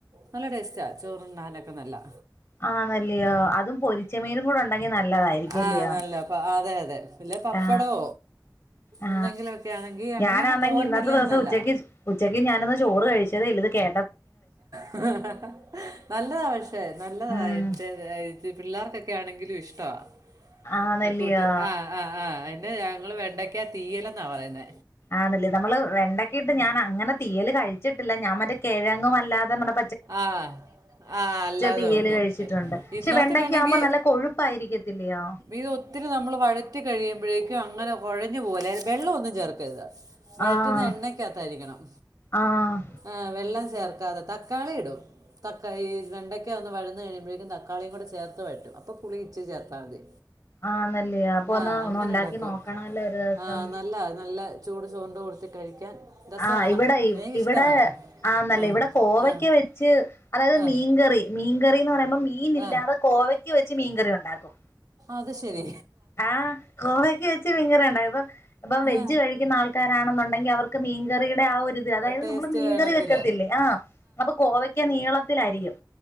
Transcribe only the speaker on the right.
നല്ല ടേസ് റ്റാ ചോറ്ണ്ണാനൊക്കെ നല്ലാ
ആഹ് നല്ല പ അതെ അതെ ഇല്ലെ പപ്പടോ
എന്തെങ്കിലുമൊക്കെ ആണെങ്കി അങ്ങനെയാണ്
തോരനില്ലേലും
നല്ല
ഹ്ഹ നല്ലതാ പക്ഷേ നല്ലതാ
എന്റെ ഇത് പിള്ളേർക്കൊക്കെ ആണെങ്കിലു വേ ഇഷ്ടവാ
കൂട്ടി ആ ആ ആഹ് ആയിന് ഞങ്ങള് വെണ്ടക്ക തീയലെന്നാ പറയുന്ന
ആഹ് ആ അല്ലാതെ
നോക്കും
ഇതിനകത്ത്
വേണമെങ്കി
ഇത് ഒത്തിരി നമ്മൾ വഴറ്റി കഴിയുമ്പഴേക്കും അങ്ങനെ കൊഴ ഞ്ഞപോലെ വെള്ളം ഒന്നുചേർക്കരുത് വഴറ്റുന്നത്
എണ്ണയ്ക്കാത്തരിക്കണം
ആ വെള്ളം ചേർ <unintelligible> തക്കാളി ഇടും താക്കാ ഈ വെണ്ടയ്ക്ക ഒന്ന് വഴന്ന് കഴിയുമ്പോഴേക്കും തക്കാളിയും കൂടെ ചേർത്ത് വാഴറ്റും അപ്പോ പുളി ഇച്ചിരി ചേർത്താ മതി.
ആ
അങ്ങനെ
ഉണ്ടാക്കും
ആ നല്ല നല്ല ചൂട് ചോറിന്റെ കൂടത്തി കഴിക്കാൻ രസമാണ്
എനിക്കിഷ്ടമാണ്
ആ
ആ
ആ
ആ
അത് ശെരി
ആ
ടേസ്റ്റ്
വേണമെങ്കില്